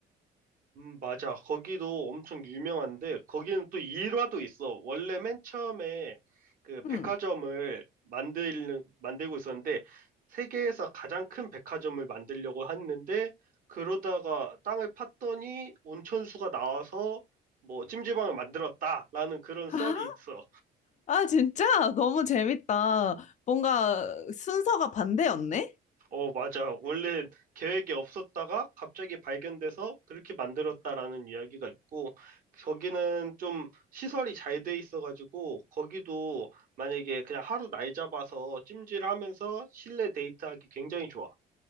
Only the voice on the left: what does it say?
음.
<laughs>
아, 진짜? 너무 재밌다. 뭔가 순서가 반대였네?